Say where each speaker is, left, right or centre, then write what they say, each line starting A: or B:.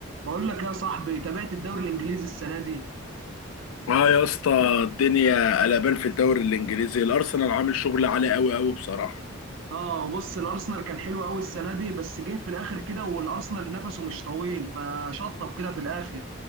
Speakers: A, on the right; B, on the left.
A: بقول لك يا صاحبي تابعت الدوري الانجليزي السنه دي
B: اه يا اسطى الدنيا قلبان في الدوري الانجليزي الارسنال عامل شغل عالي قوي قوي بصراحه
A: اه بص الارسنال كان حلو قوي السنه دي بس جه في الاخر كده والارسنال نفسه مش طويل فشطب كده في الاخر